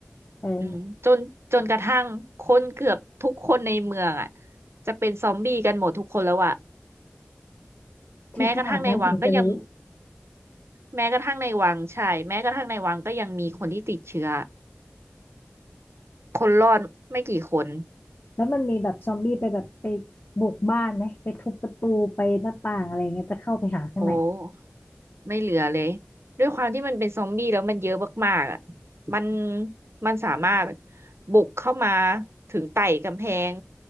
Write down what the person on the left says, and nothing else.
เออ
คือขนาดนั้นถึงจะรู้
แล้วมันมีแบบซอมบี้ไปแบบไปบุกบ้านไหมไปทุบประตูไปหน้าต่างอะไรเงี้ยจะเข้าไปหาข้างใน